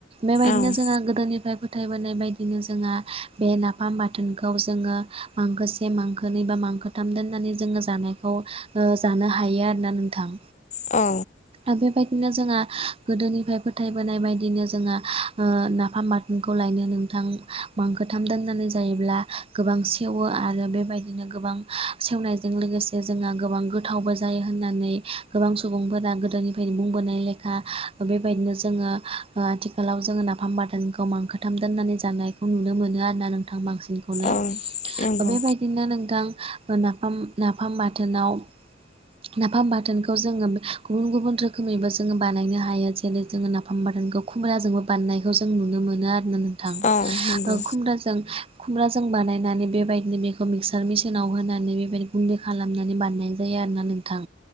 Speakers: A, on the right (about 30°); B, on the left (about 40°).
A: बेबायदिनो
B: औ
A: जोंहा गोदोनिफ्राय फोथायबोनाय बायदिनो जोंहा बे नाफाम बाथोनखौ जोङो मांखोसे मांखोनै थाम दोननानै जोङो जानायखौ ओ जानो हायो आरोना नोंथां
B: औ
A: आरो बेबायदिनो जोंहा गोदोनिफ्राय फोथायबोनाय बायदिनो जोंहा ओ नाफामाथ बे खौ लायनो नोंथां मांखोथाम दोननानै जायोब्ला गोबां सेवो आरो बेबायदिनो गोबां सेवनायजों लोगोसे जोंहा गोबां गोथावबो जायो होननानै गोबां सुबुंफोरा गोदोनिफ्रायनो बुंबोनाय लेखा बेबायदिनो जोङो ओ आथिखालाव जोङो नाफाम बादानखौ मांखोथाम दोननानै जानाय खौ नुनो मोनो आरो ना नोंथां बांसिनखौनो
B: औ नंगौ
A: बेबायदिनो नोंथां नाफाम नाफाम बाथोनाव नाफाम बाथोनखौ जोङो गुबुन गुबुन रोखोमैबो जोङो बानायनो हायो जेरै जोङो नाफाम <unintelligible> खुमब्राजोंबो बारनायखौ जों नुनो मोनो आरोना नोंथां
B: औ नंगौ
A: खुमब्राजों खुमब्राजों बानायनानै बेबायदिनो बेखौ मिक्सार मेसििनाव होनानै बेबायदि गुन्दै खालामनानै बानायनायायो जायो आरोना नोंथां